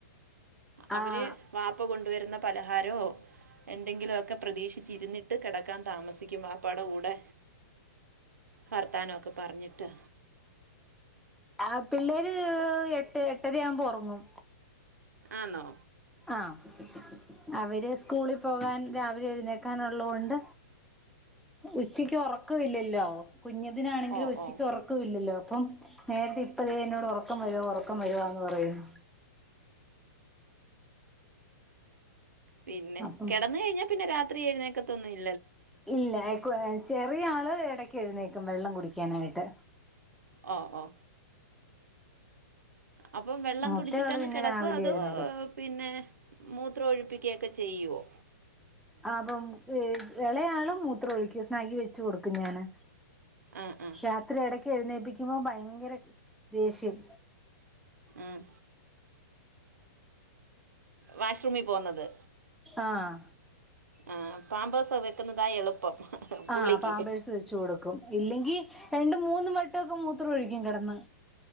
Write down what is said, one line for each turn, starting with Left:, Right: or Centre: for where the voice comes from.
Right: അവര്
Centre: ആഹ്
Right: വാപ്പ കൊണ്ട് ണ്ടു വരുന്ന പലഹാരോ എന്തെങ്കിലും ഒക്കെ പ്രതീക്ഷിച്ചിരുന്നിട്ട് കിടക്കാൻ താമസിക്കും വാപ്പാടെ കൂടെ വർത്താനം ഒക്കെ പറഞ്ഞിട്ട്
Centre: ആഹ് പിള്ളേര് എട്ട് എട്ടരയാകുമ്പ ഉറങ്ങും
Right: ആണോ
Centre: ആഹ് അവര് സ്കൂളിൽ പോകാൻ രാവിലെ എഴുന്നേക്കാനുള്ളത് കൊണ്ട് ഉച്ചക്ക് ഉറക് ക്ക വില്ലല്ലോ കുഞ്ഞതിനാണെങ്കിലും
Right: ഓ
Centre: ഉച്ചക്ക്
Right: ഓ
Centre: ഉറക്കുമില്ലല്ലോ ഇപ്പം നേരത്തെ ഇപ്പ ദേ എന്നോട് ഒറങ്ങ് ഒറക്കം വരുവ ഒറക്കം വരുവാന്ന് പറയുന്നു
Right: പിന്നെ
Centre: അപ്പം
Right: കിടന്ന് കഴിഞ്ഞാ പിന്നെ രാത് ത്രി എഴുന്നേക്കത്തുവൊന്നുമില്ല
Centre: ഇല്ല ചെറിയ ആള് എടക്ക് എഴുന്നേക്കും വെള്ളം കുടിക്കാനായിട്ട്
Right: ഓ ഓ അപ്പം വെള്ളം
Centre: മൂത്തയാള്
Right: കുടിച്ചിട്ടങ്ങ്
Centre: പിന്നെ
Right: കിടക്കുവോ
Centre: രാവിലെ
Right: അതോ
Centre: എഴുന്നേക്കത്തൊ
Right: പിന്നെ മൂത്രം ഒഴിപ്പിക്കയൊക്കെ ചെയ്യുവോ
Centre: ആഹ് അപ്പം ഇളയാളും മൂത്രം ഒഴിക്കും സ്നഗ്ഗി വെച്ച് കൊടുക്കും ഞാന്
Right: ആ ആ
Centre: രാത്രി ഇടക്ക് എഴുന്നേപ്പിക്കുമ്പോ ഭയങ്കര ദേഷ്യം
Right: ആഹ് വാഷ്റൂമിൽ പോകുന്നത്
Centre: ആഹ്
Right: ആഹ് പാമ്പേഴ്സ് വെക്കുന്നതാ എളുപ്പം പുള്ളിക്ക്
Centre: ആഹ് പാമ്പേഴ്സ് വെച്ച് കൊടുക്കും ഇല്ലെങ്കിൽ രണ്ട് മൂന്ന് വട്ടൊക്കെ മൂ ത്രം ഒഴിക്കും കിടന്ന്